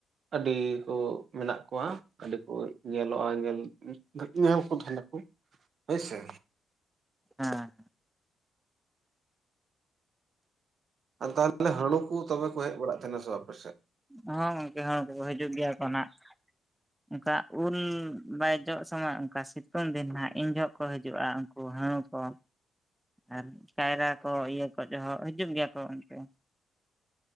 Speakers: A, on the right (about 55°); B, in the centre.
A: ᱟᱹᱰᱤ ᱠᱚ ᱢᱮᱱᱟᱜ ᱠᱚᱣᱟ᱾ ᱟᱹᱰᱤ ᱠᱚ ᱧᱮᱞᱚᱜᱼᱟ, ᱧᱮᱞ ᱧᱮᱞ ᱠᱚ ᱛᱟᱦᱮᱱᱟᱠᱚ ᱦᱳᱭᱥᱮ᱾
B: ᱦᱮᱸᱼ
A: ᱛᱟᱦᱚᱞᱮ ᱦᱟᱹᱲᱩ ᱠᱚ ᱛᱚᱵᱮ ᱠᱚ ᱦᱮᱡ ᱵᱟᱲᱟᱜ ᱛᱟᱦᱮᱱᱟ ᱥᱮ ᱟᱯᱮᱥᱮᱫ
B: ᱦᱚᱸ ᱜᱚᱝᱠᱮ ᱦᱚᱸ ᱩᱱᱠᱩ ᱠᱚ ᱦᱤᱡᱩᱜ ᱜᱮᱭᱟ ᱠᱚ ᱦᱟᱸᱜ᱾ ᱚᱱᱠᱟ ᱩᱞ ᱵᱟᱭ ᱡᱚᱜ ᱥᱚᱢᱚᱭ ᱚᱱᱠᱟ ᱥᱤᱛᱩᱝ ᱫᱤᱱ ᱦᱟᱜ ᱤᱱ ᱡᱚᱦᱚᱜ ᱠᱚ ᱦᱤᱡᱩᱜᱼᱟ᱾ ᱩᱱᱠᱩ ᱦᱩᱲᱩ ᱠᱚ᱾ ᱟᱨ ᱠᱟᱭᱨᱟ ᱠᱚ ᱤᱭᱟᱹ ᱠᱚ ᱡᱚᱦᱚᱜ ᱦᱤᱡᱩᱜ ᱜᱮᱭᱟ ᱠᱚ ᱩᱱᱡᱳᱠᱷᱱ ᱦᱚᱸ᱾